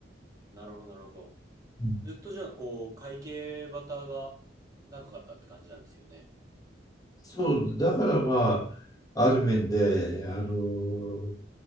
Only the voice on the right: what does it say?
なるほど、なるほど。
ずっとじゃあ、こう、会計バタが長かったって感じなんですよね。